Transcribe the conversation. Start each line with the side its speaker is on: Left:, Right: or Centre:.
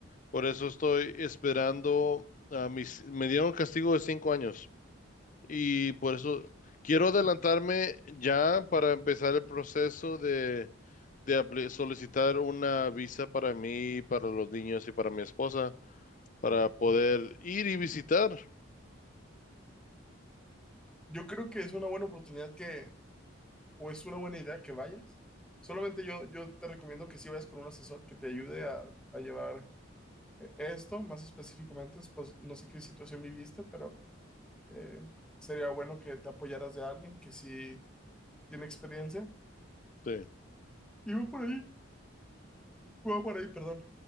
Left: por eso estoy esperando a mis, me dieron castigo de cinco años. Y por eso quiero adelantarme ya para empezar el proceso de, de apli- solicitar una visa para mí, para los niños y para mi esposa, para poder ir y visitar.
Centre: Yo creo que es una buena oportunidad que, o es una buena idea que vayas. Solamente yo, yo te recomiendo que si vayas con un asesor que te ayude a, a llevar eh, esto, más específicamente, pues no sé qué situación viviste, pero eh, sería bueno que te apoyaras de alguien que sí tiene experiencia.
Left: Sí,
Centre: Y voy por ahí, voy por ahí, perdón.